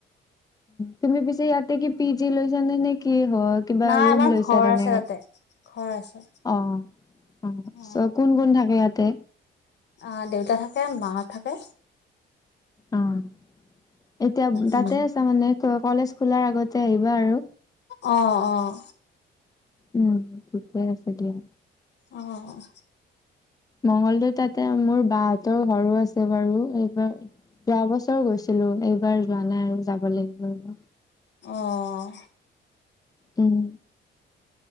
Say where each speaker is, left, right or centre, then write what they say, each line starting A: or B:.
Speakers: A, on the left; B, on the left.
A: তুমি পিছে ইয়াতে কি পি জি লৈছা নে, নে কি হয়। কিবা
B: নাই
A: ৰুম
B: আমাৰ
A: লৈছা
B: ঘৰ
A: তেনেকা
B: আছে তাতে ঘৰ আছে
A: অঁ। অঁ
B: অ
A: চ' কোন কোন থাকে ইয়াতে।
B: আহ দেউতা থাকে মা হত থাকে।
A: অ'। এতিয়া ব তাতে
B: উম
A: আছা মানে কলেজ খোলাৰ আগতে আহিবা আৰু
B: অঁ অঁ।
A: উম ঠিকেই আছে দিয়া।
B: অঁ।
A: মঙ্গলদৈৰ তাতে মোৰ বাহঁতৰ ঘৰো আছে বাৰু এইবাৰ, যোৱা বছৰ গৈছিলো এইবাৰ যোৱা নাই আৰু যাব লাগিব।
B: অঁ।
A: উম।